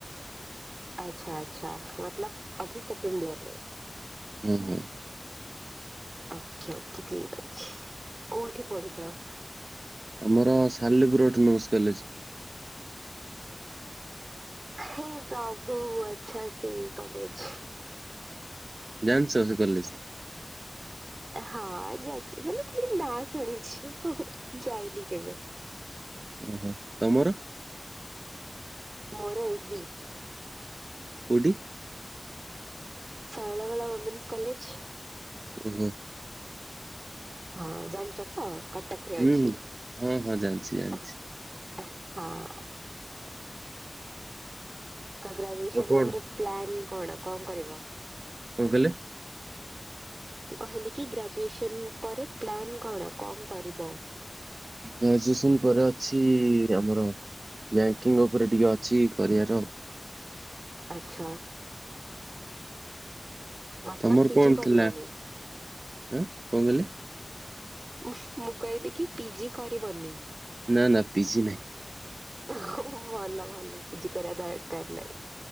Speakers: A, on the right; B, on the right.
A: ଆଚ୍ଛା ଆଚ୍ଛା ମତଲବ ଅଭି ସେକଣ୍ଡିୟର ରେ।
B: ହୁଁ ହୁଁ।
A: ଓକେ ଓକେ ଠିକ୍ଅଛି କୋଉଠି ପଢୁଛ?
B: ଆମର ସାଲେପୁର ଅଟନମସ କଲେଜ।
A: ହେ ପ୍ରଭୁ ଆଛା, ସେଇ କଲେଜ।
B: ଜାଣିଛ ସେ କଲେଜ।
A: ହଁ ଜାଣିଛି ବୋଲି ଖାଲି ନା ଶୁଣିଛି ହଁ ଯାଇନି କେବେ।
B: ଓହୋ ତମର?
A: ମୋର ଏସବି।
B: କୋଉଠି?
A: Shailabala women's college.
B: ହୁଁ ହୁଁ।
A: ହଁ ଜାଣିଛ ତ କଟକରେ
B: ହୁଁ
A: ଅଛି।
B: ହୁଁ ହଁ ହଁ ଜାଣିଛି ଜାଣିଛି।
A: ହଁ। ତ ଗ୍ରାଜୁଏସନ୍
B: ଆଉ କଣ
A: ପରେ ପ୍ଲାନ କଣ, କଣ କରିବ?
B: କଣ କହିଲେ?
A: ମୁଁ କହିଲିକି ଗ୍ରାଜୁଏସନ୍ ପରେ ପ୍ଲାନ୍ କଣ, କଣ କରିବ?
B: ଗ୍ରାଜୁଏସନ୍ ପରେ ଅଛି, ଆମର ବ୍ୟାଙ୍କିଙ୍ଗ୍ ଉପରେ ଟିକେ ଅଛି କରିବାର।
A: ଆଚ୍ଛା। ମତଲବ
B: ତମର
A: ପିଜି
B: କଣ
A: କରିବନି।
B: ଥିଲା? ଆଁ କଣ କହିଲେ?
A: ଉହୁଁ, ମୁଁ କହିଲି କି ପିଜି କରିବନି?
B: ନା-ନା ପିଜି ନାହିଁ।
A: ଓହୋ ଭଲ‌ ଭଲ କିଛି କରିବା ଦରକାର ନାହିଁ।